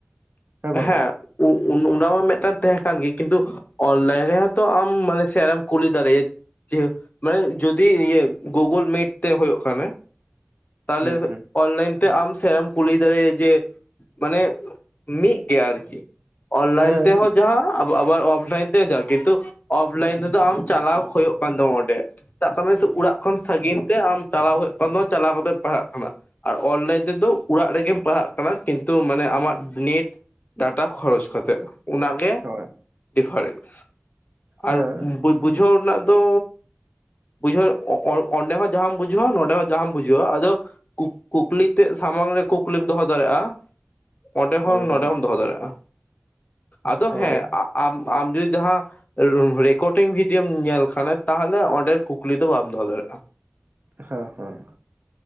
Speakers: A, on the right (about 50°); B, on the left (about 40°).
A: ᱦᱮᱸ ᱵᱟᱝᱟ
B: ᱻᱦᱮᱸ ᱚᱱᱟ ᱢᱟ ᱢᱤᱫᱴᱟᱝ ᱛᱟᱦᱮᱸ ᱠᱟᱱ ᱜᱮ ᱠᱤᱱᱛᱩ, ᱚᱱᱞᱟᱭᱤᱱ ᱨᱮᱦᱚᱛᱚ ᱟᱢ ᱢᱟᱱᱮ ᱥᱮᱟᱨᱮᱢ ᱠᱩᱞᱤ ᱫᱟᱲᱮᱭᱟᱜᱼᱟ᱾ ᱡᱮ ᱢᱟᱱᱮ ᱡᱩᱫᱤ ᱤᱭᱟᱹ ᱜᱩᱜᱩᱞ ᱢᱤᱴ ᱛᱮ ᱦᱳᱭᱳᱜ ᱠᱷᱟᱱᱮ᱾ ᱛᱟᱦᱚᱞᱮ
A: ᱦᱩᱸ ᱦᱩᱸ
B: ᱚᱱᱞᱟᱭᱤᱱ ᱛᱮ ᱟᱢ ᱥᱮᱨᱟᱢ ᱠᱩᱞᱤ ᱫᱟᱲᱮᱭᱼᱟ ᱡᱮ ᱢᱟᱱᱮ, ᱢᱤᱫ ᱜᱮᱭᱟ ᱟᱨᱠᱤ ᱚᱱᱞᱟᱭᱤᱱ
A: ᱦᱮᱸ
B: ᱛᱮᱦᱚᱸ ᱡᱟᱦᱟᱸ ᱟᱵᱟᱨ ᱚᱯᱷᱞᱟᱭᱤᱱ ᱛᱮ ᱡᱟ ᱠᱤᱱᱛᱩ ᱚᱯᱷᱞᱟᱭᱤᱱ ᱛᱮᱫᱚ ᱟᱢ ᱪᱟᱞᱟᱣ ᱦᱩᱭᱩᱜ ᱠᱟᱱ ᱛᱟᱢᱟ ᱚᱸᱰᱮ᱾ ᱪᱟᱜ ᱠᱟ ᱢᱮ ᱥᱮ ᱚᱲᱟᱜ ᱠᱷᱚᱱ ᱥᱟᱺᱜᱤᱧ ᱛᱮ ᱟᱢ ᱪᱟᱞᱟᱣ ᱦᱩᱭᱩᱜ ᱠᱟᱱ ᱛᱟᱢᱟ ᱪᱟᱞᱟᱣ ᱠᱟᱛᱮᱢ ᱯᱟᱲᱦᱟᱜ ᱠᱟᱱᱟ᱾ ᱟᱨ ᱚᱱᱞᱟᱭᱤᱱ ᱛᱮᱫᱚ ᱚᱲᱟᱜ ᱨᱮᱜᱮᱢ ᱯᱟᱲᱦᱟᱜ ᱠᱟᱱᱟ᱾ᱠᱤᱱᱛᱩ ᱢᱟᱱᱮ ᱟᱢᱟᱜ ᱱᱮᱴ, ᱰᱟᱴᱟ ᱠᱷᱚᱨᱚᱪ ᱠᱟᱛᱮᱫ ᱚᱱᱟᱜᱮ
A: ᱦᱳᱭ
B: ᱰᱤᱯᱷᱟᱨᱮᱱᱥ᱾ ᱟᱨ
A: ᱦᱮᱸ
B: ᱵᱩᱡ ᱵᱩᱡᱷᱟᱹᱣ ᱨᱮᱱᱟᱜ ᱫᱚ, ᱵᱩᱡᱷᱟᱹᱣ ᱚ ᱻᱚ ᱚᱸᱰᱮ ᱦᱚᱸ ᱡᱟᱦᱟᱸᱢ ᱵᱩᱡᱷᱟᱹᱣᱟ᱾ ᱱᱚᱰᱮ ᱦᱚᱸ ᱡᱟᱦᱟᱸᱟᱢ ᱵᱩᱡᱷᱟᱹᱣᱟ ᱟᱫᱚ, ᱠᱩ ᱠᱩᱠᱞᱤ ᱛᱮᱫ ᱥᱟᱢᱟᱝ ᱨᱮ ᱠᱩᱠᱞᱤᱢ ᱫᱚᱦᱚ ᱫᱟᱲᱮᱭᱟᱜᱼᱟ᱾ ᱚᱸᱰᱮ
A: ᱦᱳᱭ
B: ᱦᱚᱸ ᱱᱚᱰᱮ
A: ᱦᱳᱭ
B: ᱦᱚᱢ ᱫᱚᱦᱚ ᱫᱟᱲᱮᱭᱟᱜᱼᱟ ᱟᱫᱚ
A: ᱦᱳᱭ
B: ᱦᱮᱸ ᱟ ᱻᱟᱢ ᱟᱢ ᱡᱩᱤ ᱡᱟᱦᱟᱸ ᱨᱮᱠᱚᱨᱰᱤᱝ ᱵᱷᱤᱰᱤᱭᱳᱢ ᱧᱮᱞ ᱠᱷᱟᱱᱮ ᱛᱟᱦᱞᱮ ᱚᱸᱰᱮ ᱠᱩᱠᱞᱤ ᱫᱚ ᱵᱟᱢ ᱫᱚᱦᱚ ᱫᱟᱲᱮᱭᱟᱜᱼᱟ᱾
A: ᱦᱮᱸ ᱦᱮᱸ,